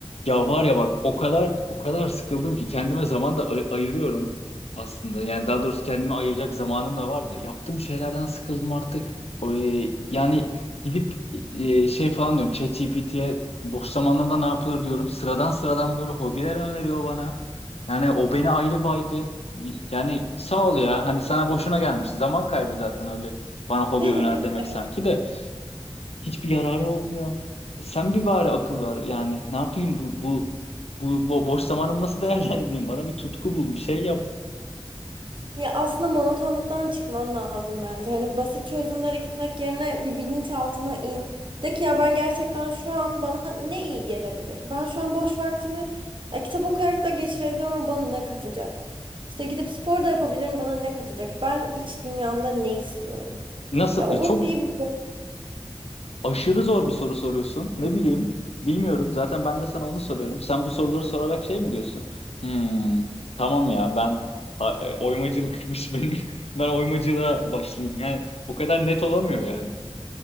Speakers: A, on the left (about 80°); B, on the right (about 55°).
A: Ya var ya bak o kadar o kadar sıkıldım ki kendime zaman da ay- ayırıyorum aslında. Yani daha doğrusu kendime ayıracak zamanım da var da yaptığım şeylerden sıkıldım artık. O, e, yani gidip e, şey falan diyorum ChatGPT'ye boş zamanlarımda ne yapılır diyorum. Sıradan sıradan böyle hobiler öneriyor bana. Yani o beni ayrı baydı. Bir- Yani sağ ol ya hani sana boşuna gelmiş. Zaman kaybı zaten öyle bana hobi
B: <laughs>
A: öner demek sanki de. Hiçbir yararı olmuyor. E, Sen bir bari akıl ver. Yani ne yapayım bu bu bu, bu boş zamanımı nasıl değerlendireyim? Bana bir tutku bul, bir şey yap.
B: Ya aslında monotonluktan çıkman lazım bence. Hani basit çözümlere gitmek yerine bir bilinçaltına in. De ki ya ben gerçekten şu an bana ne iyi gelebilir? Ben şu an boş vaktimi ya kitap okuyarak da geçirebilirim ama bana ne katacak? İşte gidip spor da yapabilirim bana ne katacak? Ben iç dünyamda ne istiyorum?
A: Nasıl?
B: Ya o
A: E, Çok
B: hobiyi bir
A: aşırı zor bir soru soruyorsun. Ne bileyim? Bilmiyorum. Zaten ben de sana onu soruyorum. Sen bu soruları sorarak şey mi diyorsun? Hmm, tamam ya ben a- e, oymacılıkmış <laughs> benim. Ben oymacılığa başlayayım. Yani o kadar net olamıyor yani.